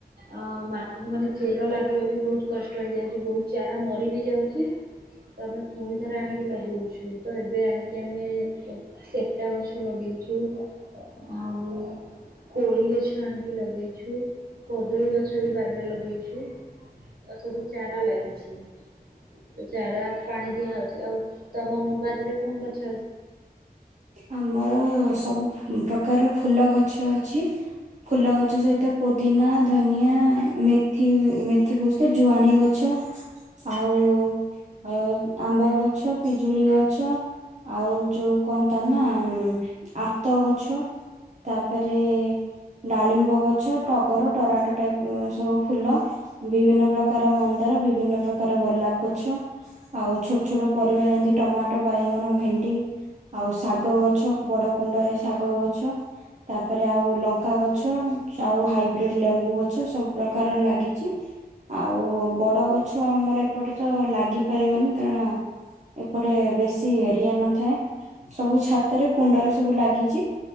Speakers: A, on the right (about 65°); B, on the right (about 45°).
A: ଅଁ ମାଟି ମାନେ ଚେର ଲାଗିବା ବି ବହୁତ କଷ୍ଟ ହେଇଯାଉଛି । ବହୁତ ଚାରା ମରି ବି ଯାଉଛି । ତ, ଆମେ ପୁଣି ଥରେ ଆଣିକି ଲଗଉଛୁ । ତ, ଏବେ ଆଣିକି ଆମେ ସେଟା ଗଛ ଲଗେଇଛୁ ଆଉ କୋଳି ଗଛ ଆଣିକି ଲଗେଇଛୁ । କଦଳୀ ଗଛ ବି ବାରିରେ ଲଗେଇଛୁ । ତ ସବୁ ଚାରା ଲାଗିଛି ତଚାରା। ପାଣି ଦିଆହଉଛି ଆଉ ତମ ମୋବାଇଲ ରେ କଣ ଅଛି
B: ଆମର ସବୁ ପ୍ରକାରର ଫୁଲ ଗଛ ଅଛି ଫୁଲ ଗଛ ସହିତ ପୋଦିନା ଧନିଆ ମେଥି ମେଥି କୋଷ ଜୁଆଣୀ ଗଛ ଆଉ ଅ ଆମ୍ବ ଗଛ ପିଜୁଳି ଗଛ। ଆଉ ଯୋଉ କହନ୍ତା ନା ଆତ ଗଛ ତାପରେ ଡାଳିମ୍ବ ଗଛ ଟଗର ଟରାଟ ଟାଇପ ସବୁ ଫୁଲ ବିଭିନ୍ନ ପ୍ରକାର ମନ୍ଦାର ବିଭିନ୍ନ ପ୍ରକାର ଗୋଲାପ ଗଛ ଆଉ ଛୋଟ ଛୋଟ ପରିବା ଯେମିତି ଟମାଟୋ ବାଇଗଣ। ଭେଣ୍ଡି ଆଉ ଶାଗ ଗଛ ବଡ଼ କୁଣ୍ଡରେ ଶାଗ ଗଛ ତାପରେ ଆଉ ଲଙ୍କା ଗଛ ଆଉ ହାଇବ୍ରିଡ ଲେମ୍ବୁ ଗଛ ସବୁ ପ୍ରକାର ଲାଗିଛି ଆଉ ବଡ ଗଛ ଆମର ଏପଟେ ତ ଲାଗିପାରିବନି କାରଣ ଏପଟେ ବେଶୀ। ଏ ରିଆ ନଥାଏ ସବୁ ଛାତରେ କୁଣ୍ଡରେ ସବୁ ଲାଗିଛି